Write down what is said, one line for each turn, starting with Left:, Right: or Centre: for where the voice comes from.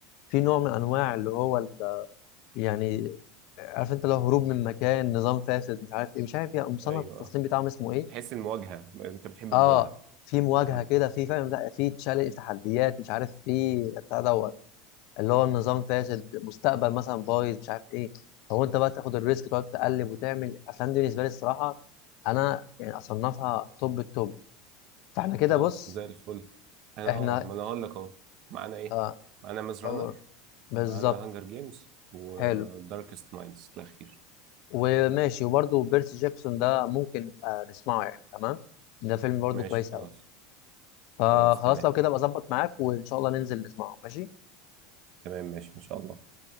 Left: في نوع من انواع اللي هو ال... يعني عارف انت لو هروب من مكان نظام فاسد مش عارف ايه مش عارف ايه مصنف
Right: أيوه
Left: التصنيف بتاعهم اسمه ايه
Right: تحس المواجهة أنت بتحب
Left: اه
Right: المواجهة
Left: في مواجهة
Right: مم.
Left: كده في فاهم لا في تشالنج تحديات مش عارف في بتاع دوت اللي هو النظام فاسد مستقبل مثلا بايظ مش عارف ايه فهو انت بقى تاخد الريسك تقعد تقلب وتعمل افلام دي بالنسبه لي الصراحه انا يعني اصنفها توب التوب فاحنا كده
Right: خلاص
Left: بص
Right: زي الفل أنا
Left: احنا
Right: آه ما أنا هقول لك أهو معانا إيه؟
Left: آه
Right: معانا ماز
Left: أو-
Right: رانر
Left: بالظبط
Right: معانا هانجر جيمز وداركست
Left: حلو
Right: مايندز الأخير
Left: وماشي وبرده بيرسي جاكسون ده ممكن نبقى نسمعه يعني تمام ده فيلم برده
Right: ماشي
Left: كويس
Right: خلاص
Left: قوي فخلاص
Right: خلاص تمام
Left: لو كده ابقى اظبط معاك وان شاء الله ننزل نسمعه ماشي
Right: تمام ماشي إن شاء الله